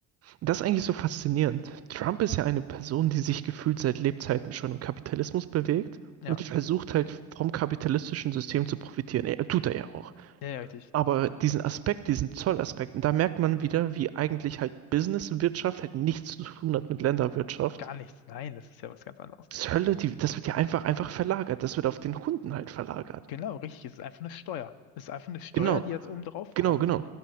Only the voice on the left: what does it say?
Ja,
ja, ja, richtig.
Gar nichts. Nein, das ist ja was ganz anderes.
Genau, richtig. Es ist einfach eine Steuer. Es ist einfach eine Steuer,
die jetzt oben drauf
kommt,